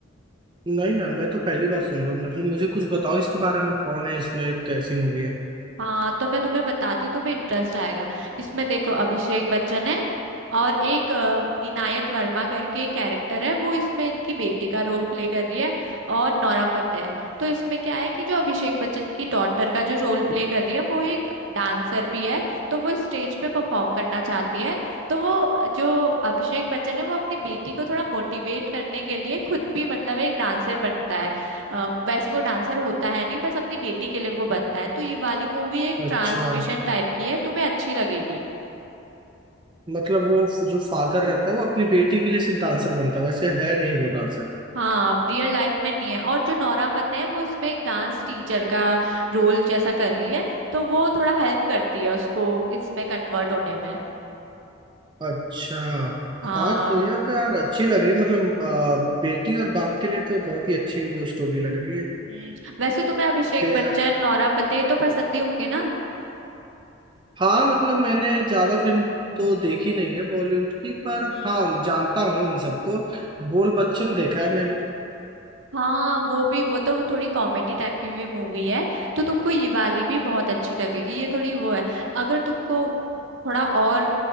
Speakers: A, on the right (about 25°); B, on the right (about 70°).
A: नहीं यार मैं तो पहली बार सुन रहा हूँ मतलब मुझे कुछ बताओ इसके बारे में कौन है इसमें कैसी मूवी है
B: हाँ तो मैं तुम्हें बताती हूँ तुम्हें इंटरेस्ट आएगा इसमें देखो अभिषेक बच्चन है और एक अ, इनायत वर्मा करके कैरेक्टर है वो इसमें इनकी बेटी का रोल प्ले कर रही है और नोरा फतेही है तो इसमें क्या है कि जो अभिषेक बच्चन की डॉटर का जो रोल प्ले कर रही है वो एक डांसर भी है तो वो स्टेज पे परफॉर्म करना चाहती है तो वो जो अभिषेक बच्चन है वो अपनी बेटी को थोड़ा मोटिवेट करने के लिए खुद भी मतलब एक डांसर बनता है अ, वैसे वो डांसर होता है नहीं बस अपनी बेटी के लिए वो बनता है तो ये वाली मूवी एक
A: अच्छा
B: ट्रांसमिशन टाइप की है तुम्हें अच्छी लगेगी
A: मतलब वो फ- जो फादर रहता है वो अपनी बेटी के लिए सिर्फ डांसर बनता है वैसे है नहीं वो डांसर
B: हाँ रियल लाइफ में नहीं है और जो नोरा फतेही है वो इसमें एक डांस टीचर का रोल जैसा कर रही है तो वो थोड़ा हेल्प करती है उसको इसमें कन्वर्ट होने में
A: अच्छा
B: हाँ
A: हाँ तो यह तो यार अच्छी लग रही है मतलब अ, बेटी और बाप के लिए तो बहुत ही अच्छी वो स्टोरी लग रही
B: हम्म वैसे तुम्हें अभिषेक
A: है
B: बच्चन नोरा फतेही तो पसंद ही होंगे ना
A: हाँ मतलब मैंने ज्यादा फिल्म तो देखी नहीं है बॉलीवुड की पर
B: हम्म
A: हाँ जानता हूँ इन सबको बोल बच्चन देखा है मैंने
B: हाँ वो भी वो तो वो थोड़ी कॉमेडी टाइप की भी मूवी है तो तुमको ये वाली भी बहुत अच्छी लगेगी ये थोड़ी वो है अगर तुमको थोड़ा और